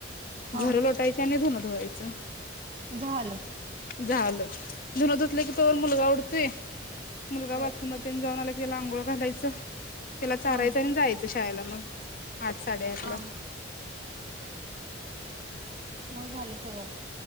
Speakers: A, on the right (about 25°); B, on the left (about 45°).
A: हा
B: घर लोटायची आणि धून धुवायचं
A: झालं.
B: झालं धुन धुतलं की तोवर मुलगा उडतोय. मुलगा
A: बर
B: बाथरूमला ते जाऊ आला की त्याला आंघोळ घालायचं. त्याला चारायचं
A: हा हा
B: आणि जायचंय यायला मग आठ साडेआठ ला
A: हा. हो झालं सगळं